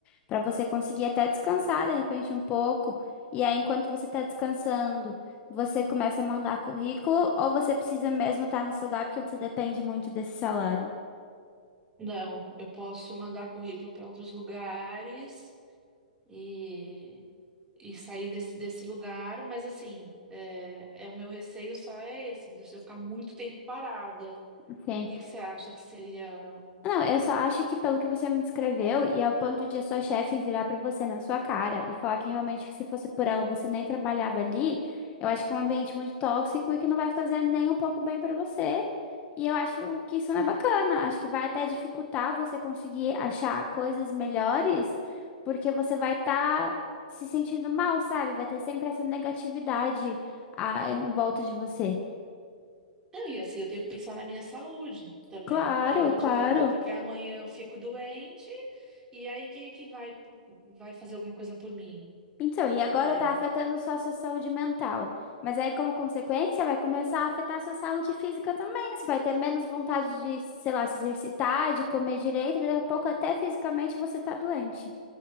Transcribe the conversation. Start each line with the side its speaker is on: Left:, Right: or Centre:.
Left: para você conseguir até descansar de repente um pouco. E aí, enquanto você está descansando, você começa a mandar currículo ou você precisa mesmo estar nesse lugar porque você depende muito desse salário?
Right: Não, eu posso mandar currículo para outros lugares e, e sair desse, desse lugar, mas assim, é, é o meu receio só é esse, de se eu ficar muito tempo parada. O
Left: Ok.
Right: que que você acha que seria?
Left: Não, eu só acho que pelo que você me descreveu, e ao ponto de a sua chefe virar pra você na sua cara e falar que realmente que se fosse por ela você nem trabalhava ali, eu acho que é um ambiente muito tóxico e que não vai fazer nem um pouco bem pra você. E eu acho que isso não é bacana. Acho que vai até dificultar você conseguir achar coisas melhores, porque você vai estar se sentindo mal, sabe? Vai ter sempre essa negatividade ah, em volta de você.
Right: Não, e assim, eu tenho que pensar na minha saúde também,
Left: Claro,
Right: porque não adianta,
Left: claro.
Right: porque amanhã eu fico doente e aí quem é que vai, vai fazer alguma coisa por mim,
Left: Então, e agora
Right: né?
Left: está afetando só a sua saúde mental. Mas aí, como consequência, vai começar a afetar a sua saúde física também. Você vai ter menos vontade de, sei lá, se exercitar, de comer direito, daqui a pouco até fisicamente você tá doente,